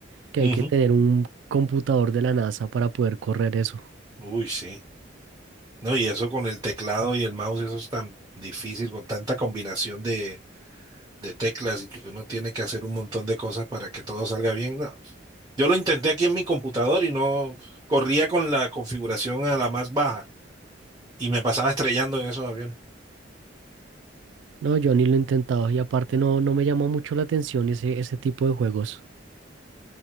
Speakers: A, on the right; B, on the right.
A: que
B: Ujú.
A: hay que tener un computador de la NASA para poder correr eso.
B: Uy, sí. No, y eso con el teclado y el mouse, eso es tan difícil, con tanta combinación de, de teclas y que uno tiene que hacer un montón de cosas para que todo salga bien. No. Yo lo intenté aquí en mi computador y no corría con la configuración a la más baja y me pasaba estrellando en esos aviones.
A: No, yo ni lo he intentado y aparte no, no me llama mucho la atención ese, ese tipo de juegos.